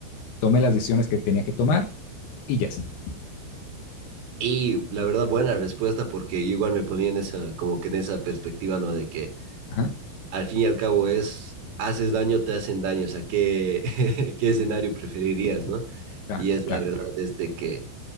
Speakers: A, on the left; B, on the right.
A: tomé las decisiones que tenía que tomar y ya está.
B: Y la verdad, buena respuesta, porque yo igual me ponía en esa, como que en esa perspectiva, ¿no? De que
A: Ajá,
B: al fin y al cabo es, haces daño, te hacen daño, o sea, ¿qué, <laughs> qué escenario preferirías, ¿no?
A: claro,
B: Y es la
A: claro.
B: verdad, desde que